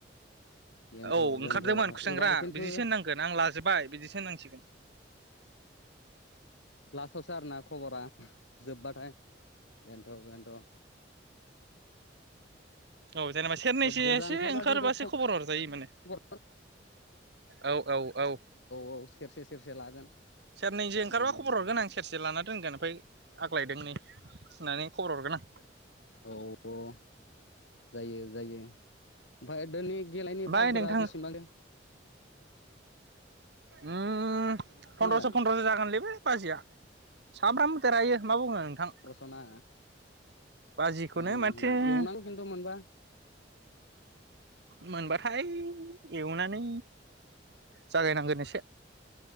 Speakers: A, on the left; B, on the right.
A: बेनोथ'
B: औ ओंखारदोंमोन
A: बेनोथ'
B: खुसेंग्रा
A: एबार खिन्थु
B: बिदिसो होननांगोन आं लाजोबबाय बिदिसो होननांसिगोन
A: लासावसो आरोना खबरा जोबबाथाय बेनोथ बेनोथ
B: औ जेनेबा सेरनैसो
A: बुरजा
B: एसे
A: ओंखारबा
B: ओंखारबासो
A: खिन्थु
B: खबर हरजायो माने
A: खबर
B: औ औ औ
A: औ सेरसे सेरसे लागोन
B: सेरनैसो
A: उम
B: ओंखारबा खबर हरगोन आं सेरसे लाना रानगोन फ्राय आग्लायदों नै होननानै खबर हरगोन आं
A: औ अ जायो जायो ओमफ्राय दिनै गेलेनाय
B: ओमफ्राय
A: बाजुरा
B: नोंथां
A: बेसेबां
B: ओम
A: खोनादों
B: फन्द्रस फन्द्रस जागोनलै बे बाजिया सानफ्रामबो देरहायो मा बुंनो नोंथां
A: रसना
B: बाजिखौनो
A: उम
B: माथो
A: एवनांगौ खिन्थु मोनबा
B: मोनबाथाय एवनानै जागायनांगोन एसे <unintelligible>